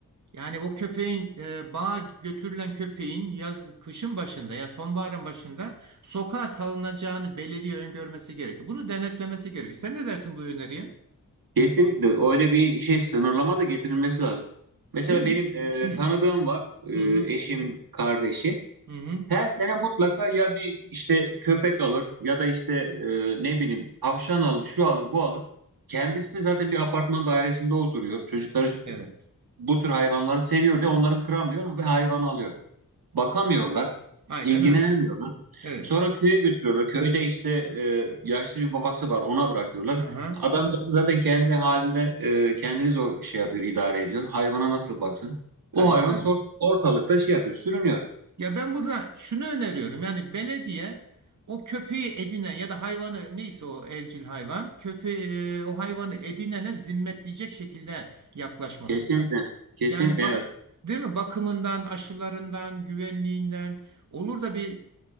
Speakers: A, on the right; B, on the right.
A: Yani o köpeğin e, bağa götürülen köpeğin yaz kışın başında ya sonbaharın başında sokağa salınacağını belediye öngörmesi gerekiyor. Bunu denetlemesi gerekiyor. Sen ne dersin bu öneriye?
B: Kesinlikle öyle bir şey sınırlama da getirilmesi lazım. Mesela
A: Değil mi?
B: benim e,
A: Hı
B: tanıdığım var e,
A: hı hı.
B: eşimin kardeşi.
A: hı hı.
B: Her sene mutlaka ya bir işte köpek alır ya da işte e, ne bileyim tavşan alır, şu alır, bu alır. Kendisi de zaten bir apartman dairesinde oturuyor. Çocukları
A: Evet.
B: bu tür hayvanları seviyor diye onları kıramıyor ve hayvan alıyor. Bakamıyorlar,
A: Aynen
B: ilgilenemiyorlar.
A: öyle. Evet.
B: Sonra köye götürüyorlar. Köyde işte e, yaşlı bir babası var, ona bırakıyorlar.
A: Aha.
B: Adamcağız zaten kendi halinde e, kendini zor şey yapıyor, idare ediyor. Hayvana nasıl baksın? O
A: Aynen
B: hayvan
A: öyle.
B: sor- ortalıkta şey yapıyor, sürünüyor.
A: Ya ben burada şunu öneriyorum. Yani belediye o köpeği edinen ya da hayvanı neyse o evcil hayvan köpeği e, o hayvanı edinene zimmetleyecek şekilde yaklaşması
B: Kesinlikle,
A: lazım.
B: kesinlikle
A: Yani bak
B: evet.
A: değil mi? Bakımından, aşılarından, güvenliğinden olur da bir